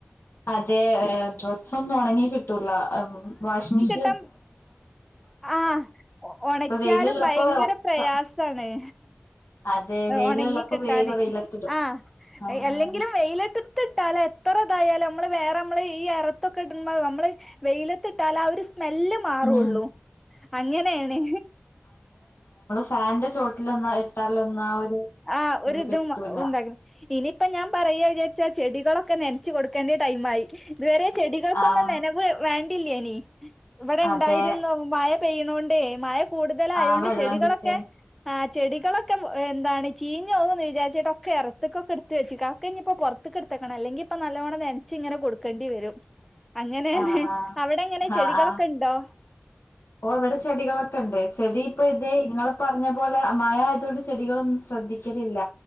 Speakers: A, on the left; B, in the centre.
A: അതെ ഡ്രസ്സൊന്നും ഒണങ്ങി കിട്ടൂല വാഷി മിഷിൻ
B: ട്ടം ആഹ് ഒണക്കിയാലും
A: ഇപ്പൊ വെയിലുള്ളപ്പോ
B: ഭയങ്കര
A: ഒക്കെ
B: പ്രയാ സാണേ
A: അതെ വെയിലുള്ളപ്പോ
B: ഉണങ്ങി കിട്ടാന്
A: വേഗം വെയിലത്തിടും
B: ആഹ്
A: ആഹ്
B: അല്ലെങ്കിലും വെയിലത്ത് ത്ത്ട്ടാലേ എത്ര തായാലും അമ്മള് വേറെ മ്മള് ഈ ഇറത്തൊക്കെ ഇട്ണമ്മള് വെയിലത്തിട്ടാലാ ആഹ് ഒര് സ്മെല്ല് മാറുള്ളൂ
A: ഉം
B: അങ്ങനെണ്.
A: ഫാൻന്റെ ചോട്ടിലൊന്നും ഇട്ടാലൊന്നും ആഹ് ഒര്ത്
B: ആഹ് ഒരിതും
A: കിട്ടൂല.
B: ഉണ്ടാകും ഇനിയിപ്പ ഞാ പറയ ജാര്ച്ച ചെടികളൊക്കെ നൻച്ച് കൊടുക്കേണ്ട ടൈമായി. ഇത് വെരെ ചെടികൾക്കൊന്നും
A: ആഹ്
B: നനവ് വേണ്ടില്ലെനി ഇവടെണ്ടായിരുന്നു
A: അതെ
B: മഴ പെയ്യണോണ്ടേ മഴ കൂടുതലായോണ്ട്
A: ആ വെള്ളം
B: ചെടികളൊക്കെ
A: കിട്ട
B: ആ് ചെികളൊക്കെ എന്താണ് ചീഞ്ഞോവൂന്ന് വിചാരിച്ചിട്ടൊക്കെ ഇറത്ത്ക്കൊക്കെട്ത്ത് വെച്ച്ക്കാ അക്കെഞ്ഞിപ്പോ പൊർ ക്ക് ഇട്ത്തക്കണം അല്ലെങ്കിപ്പ നല്ലോണം നെൻച്ച് ഇങ്ങന കൊട്ക്കെണ്ടി വെരും. അങ്ങനെണ്
A: ആ ആ
B: അവെടെങ്ങനെ
A: ആ
B: ചെടികളൊക്കെണ്ടോ
A: ആ ഓ ഇവിടെ ചെടികളൊക്കെണ്ട് ചെടി ഇപ്പെ ഇതേ നിങ്ങള് പർഞ്ഞ പോലെ മഴായതോണ്ട് ചെടികളൊന്നും ശ്രദ്ധിക്കലില്ല.